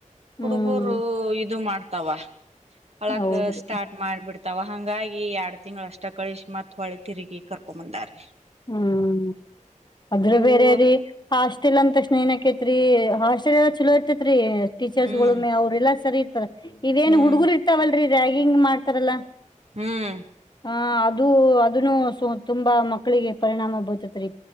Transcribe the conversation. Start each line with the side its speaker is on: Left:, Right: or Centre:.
Right: ಹುಡುಗರು
Left: ಹ್ಮ್
Right: ಇದು ಮಾಡ್ತಾ. ತವಾ. ಅಳಕ
Left: ಹೌದ್ರಿ
Right: ಸ್ಟಾರ್ಟ್ ಮಾಡ್ಬಿಡ್ತವ. ತವಾ ಹಂಗಾಗಿ. ಈ ಎಡ ತಿಂಗಳ ಅಷ್ಟ ಕಳಸಿ ಮತ್ ಹೊಳೆ ತಿರುಗಿ ಕರ್ಕೊ ಬಂದಾರ್
Left: ಹ್ಮ್ ಅದರಾಗ
Right: ಇವು
Left: ಬೇರೆ ರಿ ಹಾಸ್ಟಲ್. ಅಂದ ತಕ್ಷಣ ಏನ ಆಕೈತ್ರಿ ಹಾಸ್ಟೆಲ್ ಎಲ್ಲ ಚಲೋ ಇರ್ತೆೇತ್ರಿ. ಟೀಚರ್ಸ್
Right: ಹ್ಮ್
Left: ಗಳು ಮೇ ಅವ್ರಲ್ಲ ಸರಿ. ಇದೇನ್
Right: ಹ್ಮ್
Left: ಹುಡುಗುರ್ ಇರ್ತಾವಲ್ರಿ ರಾಗಿಂಗ್ ಮಾಡ್ತಾರಲ್ಲ
Right: ಹ್ಮ್
Left: ಹಾ ಅದು ಅದು ಅದನ್ನು ತುಂಬಾ ಮ ಮಕ್ಕಳಿಗೆ ಪರಿಣಾಮ ಬೀರ್ತೈತ್ರಿ